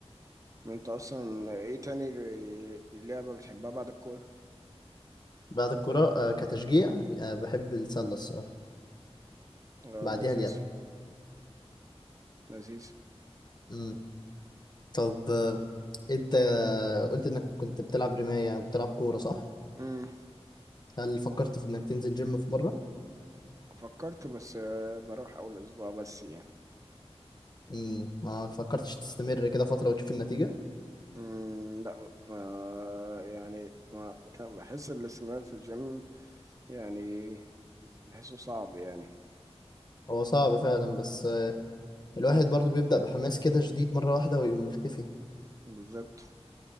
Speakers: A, on the right; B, on the left.
A: انت اصلا ايه تاني ر- لعبة بتحبها بعد الكورة
B: بعد الكورة آه، كتشجيع آه، بحب السلة الصراحة
A: اه
B: بعديها
A: لذيذ
B: اليد
A: لذيذ
B: امم طب انت قلت انك كنت بتلعب رماية وبتلعب كورة صح؟
A: مم.
B: هل فكرت في انك تنزل جيم في مرة؟
A: فكرت بس آه، بروح اول اسبوع بس يعني
B: امم ما فكرتش تستمر كده فترة وتشوف النتيجة؟
A: مم. لا آه يعني ما كان بحس الاستمرار في الجيم يعني بحسه صعب يعني
B: هو صعب فعلا بس آه، الواحد برضو بيبدأ بحماس كده شديد مرة واحدة ويقوم مختفي
A: بالظبط